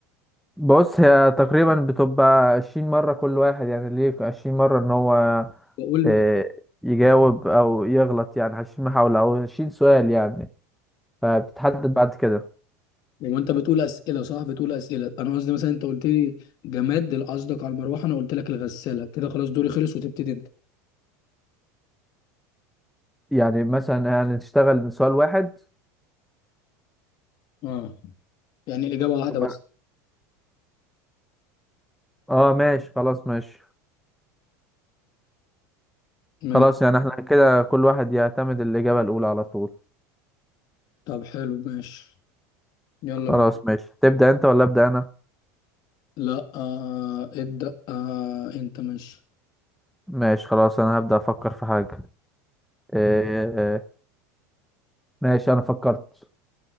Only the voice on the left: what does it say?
واقول
وانت بتقول اسئله صح بتقول اسئله انا قصدي مثلا انت قلت لي جماد اللي قصدك على المروحه انا قلت لك الغساله كده خلاص دوري خلص وتبتدي انت
اه يعني الاجابه واحده
بس
ما-
طب حلو ماشي يلا
بينا
لا آه ابدا آه انت ماشي